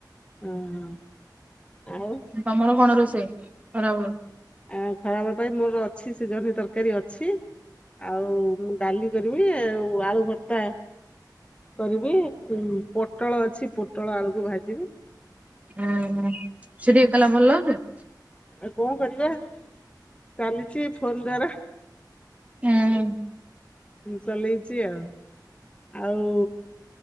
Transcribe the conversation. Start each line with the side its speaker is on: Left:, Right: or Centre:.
Left: ଅହଁ ଆଉ
Right: ତମର କଣ ରୋଷେଇ ଖରାବେଳେ?
Left: ଆ ଖରାବେଳ ପାଇଁ ମୋର ଅଛି ସେ ଜହ୍ନି ତରକାରୀ ଅଛି ଆଉ ଡାଲି କରିବି ଆଉ ଆଳୁ ଭର୍ତ୍ତା କରିବି ପୋଟଳ ଅଛି ପୋଟଳ ଆଳକୁ ଭାଜିବି।
Right: ଓହୋ ସେଠି ଏକେଲା ଭଲ ଲାଗୁଛି?
Left: ଆଉ କଣ କରିବା ଚାଲିଛି ଫୋନ ଦ୍ଵାରା।
Right: ହୁଁ
Left: ଚଲେଇଛି ଆଉ। ଆଉ